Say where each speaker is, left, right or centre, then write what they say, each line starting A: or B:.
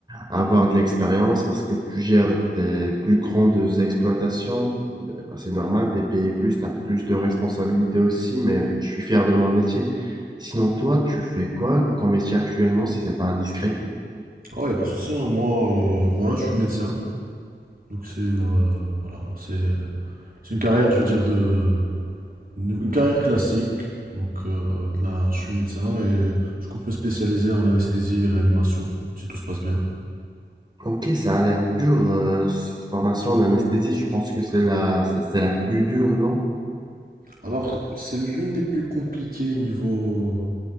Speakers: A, on the right (about 25°); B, on the right (about 55°).
A: avoir de l'expérience parce que tu gères des plus grandes exploitations. Ben, C'est normal, tu es payé plus, tu as plus de responsabilités aussi, mais je suis fier de mon métier. Sinon, toi, tu fais quoi comme métier actuellement si c'est pas indiscret?
B: Oh, y a pas de souci, hein. Moi, euh, moi là, je suis médecin, donc c'est euh, voilà, c'est c'est une carrière, je veux dire de Une carrière classique, donc euh, de là, je suis médecin et je compte me spécialiser en anesthésie et réanimation, si tout se passe bien.
A: Ok, ça a l'air dur, euh, cette formation d'anesthésie. Je pense que c'est la, c'est c'est la plus dure, non?
B: Alors, c'est l'une des plus compliquées niveau,